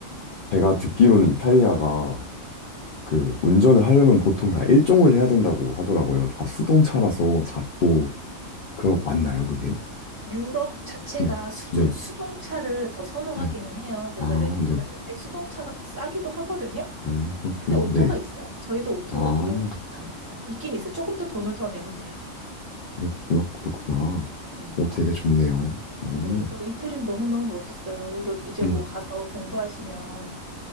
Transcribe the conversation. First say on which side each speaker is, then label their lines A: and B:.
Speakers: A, on the left; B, on the right.
A: 제가 듣기로는 이탈리아가 그 운전을 하려면 보통 다 일종을 해야 된다고 하더라고요. 다 수동차라서 작고 그러 맞나요, 그게?
B: 유럽 자체가
A: 네,
B: 수조,
A: 네,
B: 수동차를 더 선호하기는
A: 네.
B: 해요. 그래서
A: 아,
B: 렌트를
A: 네.
B: 할 때 수동차가 더 싸기도 하거든요.
A: 아, 그렇구나.
B: 근데 오토가
A: 네.
B: 있어요. 저희도 오토로
A: 아,
B: 빌려 다녔어요. 있긴 있어요. 조금 더 돈을 더 내면 돼요.
A: 그렇구나, 그렇구나.
B: 네.
A: 오, 되게 좋네요. 오,
B: 네. 그리고 이태리는 너무너무 멋있어요. 그래서 이제
A: 네.
B: 뭐 가서 공부하시면